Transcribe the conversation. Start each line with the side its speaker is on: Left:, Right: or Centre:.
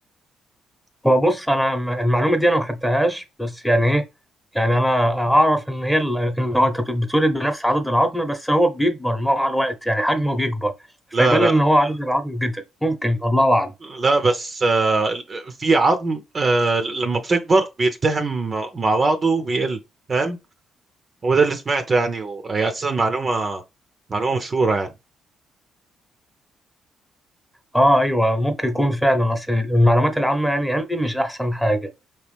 Centre: هو بص انا م- المعلومه دي انا ما خدتهاش بس يعني ايه يعني انا اعرف ان هي ال- ان هو انت بتولد بنفس عدد العظم بس هو بيكبر مع الوقت يعني حجمه بيكبر فيبان
Right: لا لا
Centre: ان هو عدد العظم جدا ممكن الله اعلم
Right: لا بس آه، ال- في عظم آه، لما بتكبر بيلتحم مع بعضه بيقل فاهم هو ده اللي سمعته يعني وهي اساسا معلومة معلومة مشهورة يعني
Centre: اه ايوه ممكن يكون فعلا اصل المعلومات العامه يعني عندي مش احسن حاجه